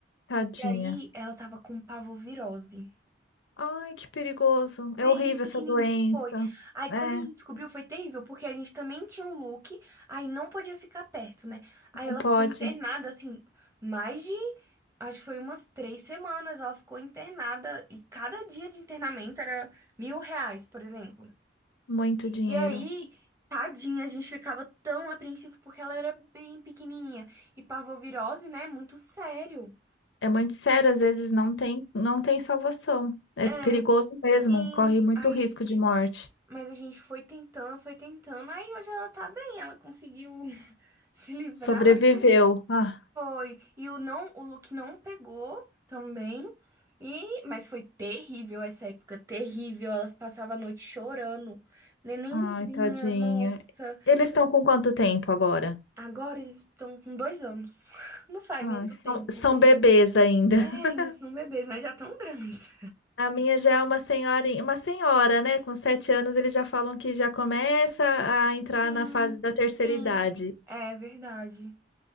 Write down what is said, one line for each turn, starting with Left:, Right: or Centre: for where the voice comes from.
Left: tadinha.
Right: E aí ela tava com parvovirose.
Left: Ai, que perigoso. É
Right: Bem
Left: horrível
Right: pequenininho,
Left: essa doença.
Right: foi. Aí quando
Left: É,
Right: a gente descobriu foi terrível, porque a gente também tinha um look, aí não podia ficar perto, né? Aí
Left: não
Right: ela
Left: pode.
Right: ficou internada, assim, mais de, acho que foi umas três semanas, ela ficou internada, e cada dia de internamento era mil reais, por exemplo.
Left: Muito dinheiro.
Right: E aí, tadinha, a gente ficava tão apreensivo, porque ela era bem pequenininha. E parvovirose, né, muito sério.
Left: É muito sério, às vezes não tem, não tem salvação. É
Right: É,
Left: perigoso mesmo,
Right: sim.
Left: corre muito
Right: Aí
Left: risco
Right: a gente
Left: de morte.
Right: Mas a gente foi tentando, foi tentando. Aí hoje ela tá bem, ela conseguiu <laughs> se livrar,
Left: Sobreviveu.
Right: né?
Left: Ah,
Right: Foi. E o não, o look não pegou também. E, mas foi terrível essa época, terrível. Ela passava a noite chorando. Nenenzinha,
Left: ai, tadinha.
Right: nossa.
Left: Eles estão com quanto tempo agora?
Right: Agora eles estão com dois anos. <laughs> Não faz
Left: Ai,
Right: muito
Left: são,
Right: tempo.
Left: são bebês ainda.
Right: É,
Left: <laughs>
Right: ainda são bebês, mas já tão grandes.
Left: A minha já é uma senhorinha, uma senhora, né? Com sete anos eles já falam que já começa a entrar
Right: Sim,
Left: na fase da terceira
Right: sim.
Left: idade.
Right: É verdade.